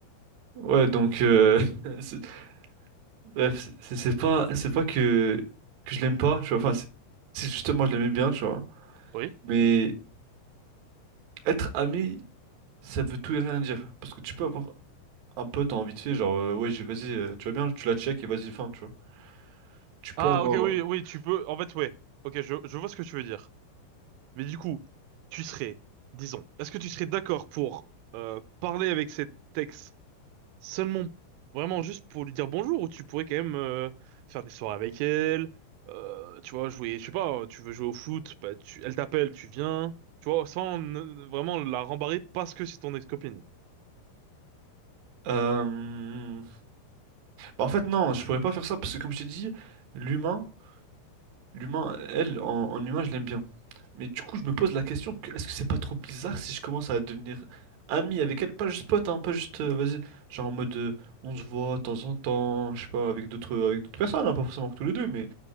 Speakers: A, on the right; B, on the right.
A: ouais, donc, euh, <laughs> c'est- bref, c'est c'est c'est pas, c'est pas que, que je l'aime pas, tu vois. Enfin, c'est c'est justement, je l'aimais bien, tu vois.
B: Oui?
A: Mais être ami, ça veut tout et rien dire. Parce que tu peux avoir un pote en vite fait, genre, euh, ouais, j'ai- vas-y, euh, tu vas bien, tu la check et vas-y, fin, tu vois. Tu peux
B: Ah,
A: avoir.
B: ok, oui, oui, tu peux, en fait, ouais. Ok, je, je vois ce que tu veux dire. Mais du coup, tu serais, disons, est-ce que tu serais d'accord pour euh, parler avec cet ex Seulement, vraiment juste pour lui dire bonjour, ou tu pourrais quand même euh, faire des soirées avec elle, euh, tu vois, jouer, je sais pas, tu veux jouer au foot, bah tu, elle t'appelle, tu viens, tu vois, sans euh, vraiment la rembarrer parce que c'est ton ex-copine.
A: euh, bah, en fait, non, je pourrais pas faire ça parce que, comme je t'ai dit, l'humain. L'humain, elle, en, en humain, je l'aime bien. Mais du coup, je me pose la question, que- est-ce que c'est pas trop bizarre si je commence à devenir ami avec elle? Pas juste pote, hein, pas juste, euh, vas-y, genre en mode, euh, on se voit de temps en temps, je sais pas, avec d'autres euh, avec d'autres personnes, hein, pas forcément que tous les deux, mais